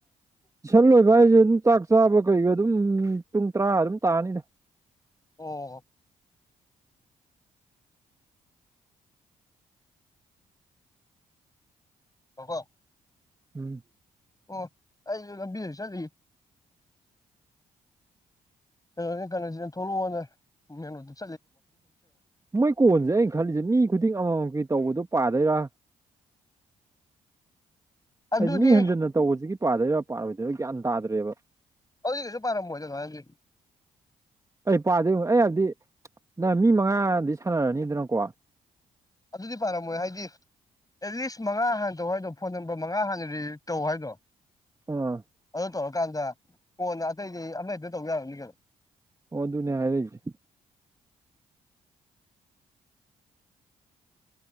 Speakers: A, on the right; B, on the left.
A: ꯇꯨꯏꯁꯟ ꯂꯣꯏꯕ ꯍꯥꯏꯁꯦ ꯑꯗꯨꯝ ꯆꯥꯛ ꯆꯥꯕ ꯀꯩꯒ ꯑꯗꯨꯝ ꯄꯨꯡ ꯇꯔꯥ ꯑꯗꯨꯝ ꯇꯥꯔꯅꯤꯗ
B: ꯑꯣ ꯍꯀꯣ
A: ꯎꯝ
B: ꯑꯣ ꯑꯩꯁꯨ ꯂꯝꯕꯤꯗ ꯍ‌ꯎ ꯆꯠꯂꯤꯌ‌ꯦ ꯀꯅ‌ꯣꯅꯤ ꯀꯁꯤ ꯊ‌ꯣꯛꯂ‌ꯣ ꯅꯩ ꯃ‌ꯦꯟ ꯔ‌ꯣꯗꯇ
A: ꯃꯣꯏ ꯀꯣꯟꯁꯦ ꯑꯩꯅ ꯈꯜꯂꯤꯁꯦ ꯃꯤ ꯈꯨꯗꯤꯡ ꯑꯃꯥ ꯃꯝ ꯇꯧꯕꯗꯣ ꯄꯥꯗꯣꯏꯔꯥ
B: ꯑꯗꯨꯗꯤ
A: ꯍꯥꯏꯗꯤ ꯃꯤ ꯍꯟꯖꯟꯅ ꯇꯧꯕꯁꯤꯒꯤ ꯄꯥꯗꯣꯏꯔꯥ ꯄꯥꯔꯣꯏꯗꯣꯏꯔꯥ ꯒ꯭ꯌꯥꯟ ꯇꯥꯗ꯭ꯔꯦꯕ
B: ꯑꯗꯨꯗꯤ ꯀꯩꯁꯨ ꯄꯥꯔꯝꯃꯣꯏꯗ ꯍꯥꯏꯕꯤ
A: ꯑꯩ ꯄꯥꯗꯣꯏ ꯑꯩ ꯍꯥꯏꯕꯗꯤ ꯅꯪ ꯃꯤ ꯃꯉꯥꯗꯤ ꯁꯥꯟꯅꯔꯅꯤꯗꯅꯀꯣ
B: ꯑꯗꯨꯗꯤ ꯄꯥꯔꯝꯃꯣꯏ ꯍꯥꯏꯗꯤ ꯑꯦꯠꯂꯤꯁ ꯃꯉꯥ ꯍꯥꯟꯅ ꯇꯧ ꯍꯥꯏꯗꯣ ꯐꯣꯟ ꯅꯝꯕꯔ ꯃꯉꯥ ꯍꯥꯟꯅ ꯔꯤ ꯇꯧ ꯍꯥꯏꯗꯣ
A: ꯑꯥ
B: ꯇꯧꯔꯀꯥꯟꯗ ꯀꯣꯟꯅ ꯑꯇꯩꯗꯤ ꯑꯃꯛꯇ ꯇꯧ ꯌꯥꯔꯅꯤ ꯀꯩꯅꯣ
A: ꯑꯣ ꯑꯗꯨꯅꯦ ꯍꯥꯏꯔꯛꯁꯦ